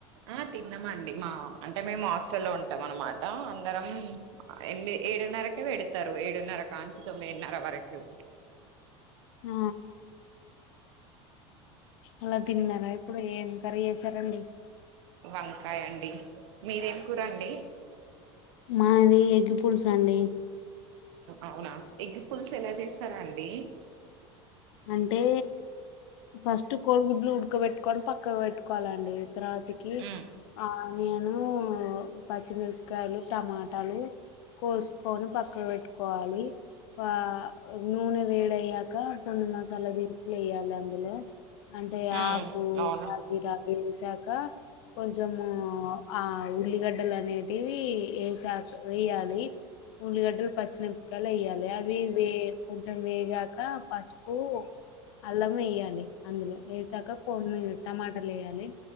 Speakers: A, on the right; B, on the left.
A: ఆ తిన్నామండి మా అంటే మేము హాస్టల్ లో ఉంటాం అన్నమాట అందరం ఏనమీది ఏడున్నరకే పెడతారు ఏడున్నర కాంచి తొమ్మిదిన్నరవరకు.
B: ఆ అలా తిన్నారా ఇప్పుడు ఏం కర్రీ చేసారండి
A: వంకాయండి మీరేం కూరండి.
B: మాది ఎగ్ పులుసు అండి.
A: అవునా ఎగ్ పుల్స్ ఎలా చేస్తారండి.
B: అంటే టే ఫస్ట్ కోడిగుడ్లు ఉడ్కబెట్టుకొని పక్క పక్క పెట్టుకోవాలండి తర్వాతికి
A: ఉ
B: ఆ నేను పచ్చిమిరపకాయలు టమాటాలు అండి కోసుకొని పక్కకు పెట్టుకోవాలి వా నూనె వేడయ్యాక మసాలా ది వెయ్యాలి అందులో అంటే
A: ఉ
B: ఆకు
A: అవునా
B: సాజీర వేశాక కొంచము ఆ ఉల్లిగడ్డలనేవి వేశాక వెయ్యాలి ఉల్లిగడ్డలు పచ్చిమిరపకాయలు వేయాలి అవి కొంచెం వేగాక పసుపు అల్లం ఎయ్యాలి అందులో వెయ్యాలి ఏసాక కొన్ని టమాటాలు వెయ్యాలి